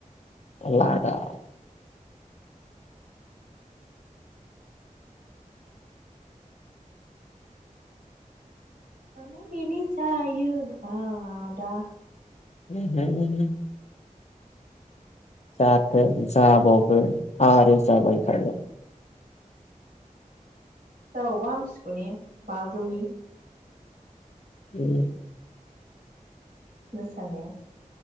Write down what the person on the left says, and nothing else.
<unintelligible>
<unintelligible> जाथों जाबावगोन आरो जाबाय थागोन
उम